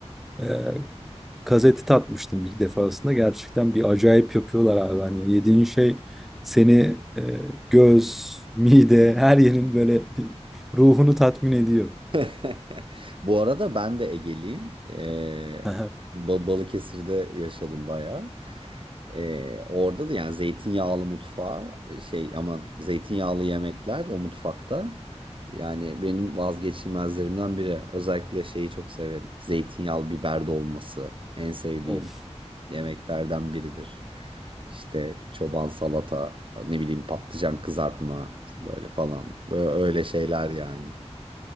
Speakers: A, in the centre; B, on the right (about 50°).
A: E, Kazeti tatmıştım bir defasında. Gerçekten bir acayip yapıyorlar abi. Hani yediğin şey seni e, göz, mide, her yerin böyle bir ruhunu tatmin ediyor.
B: <laughs> Bu arada ben de Egeliyim. Ee,
A: <laughs> Aha,
B: Ba- Balıkesir'de yaşadım bayağı. Ee, orada da yani zeytinyağlı mutfağı e, şey aman zeytinyağlı yemekler o mutfakta. Yani benim vazgeçilmezlerimden biri. Özellikle şeyi çok severim. Zeytinyağlı biber dolması en sevdiğim
A: Of.
B: yemeklerden biridir. İşte çoban salata, ne bileyim patlıcan kızartma böyle falan. Böyle öyle şeyler yani.